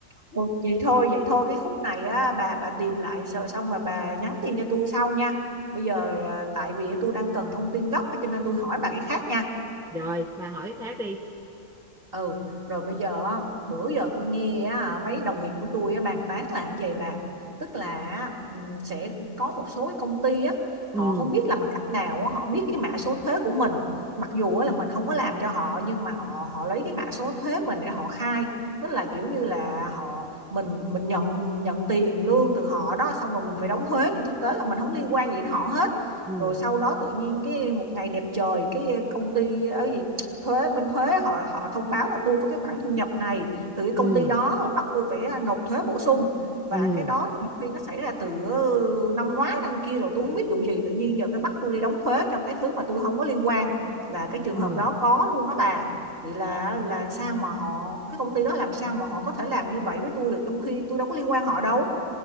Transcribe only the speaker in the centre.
rồi bà hỏi khác đi
ừ
ừ
ừ
ừ
ừ